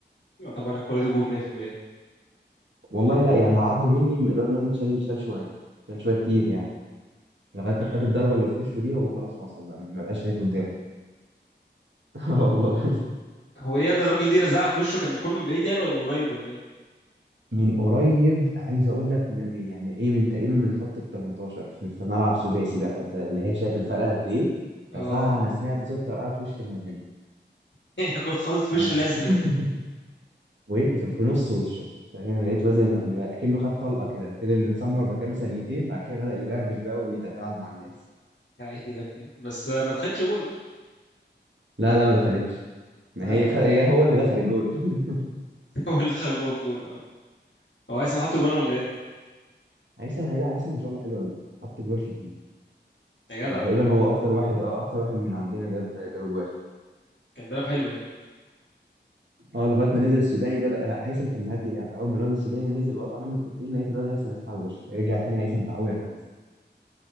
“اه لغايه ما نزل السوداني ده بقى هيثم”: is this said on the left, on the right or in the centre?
Right